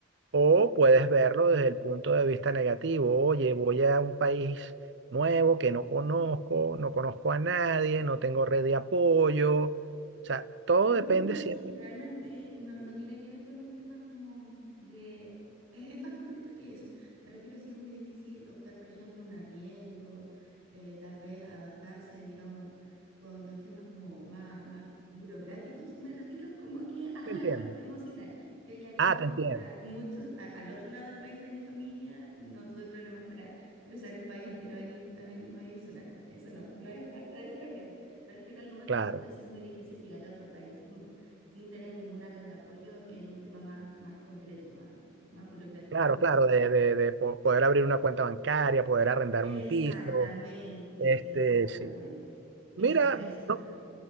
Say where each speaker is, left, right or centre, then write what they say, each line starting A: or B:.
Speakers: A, on the right (about 60°); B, on the right (about 85°).
A: O puedes verlo desde el punto de vista negativo. Oye, voy a un país nuevo que no conozco, no conozco a nadie, no tengo red de apoyo. O sea, todo
B: No,
A: depende
B: no,
A: siempre.
B: sí, realmente no, no tiene que ver con un tema como de... Es, es más concreto que eso. Me refiero a si es muy difícil optar, por ejemplo, un arriendo, eh, tal vez adaptarse, digamos, con los temas como más, más burocráticos. Me refiero como que a
A: ¿Te
B: la
A: entiendo?
B: parte emocional. Yo ya vivo
A: Ah, te entiendo.
B: a muchos, a- al otro lado del país de mi familia, no tuve problemas para cruzar el país entero a, venir, a venirme a vivir sola, no, eso no, no es parte del problema. Me refiero a algo más
A: Claro,
B: concreto de si es muy difícil llegar a otro país como sin tener ninguna red de apoyo en un tema más, más concreto, más, más burocrático,
A: claro,
B: como
A: claro.
B: te decía.
A: De, de- de po- poder abrir una cuenta bancaria, poder arrendar
B: Exactamente,
A: un piso. Este,
B: exactamente.
A: sí.
B: Eso,
A: Mira,
B: a eso me
A: no-
B: refiero.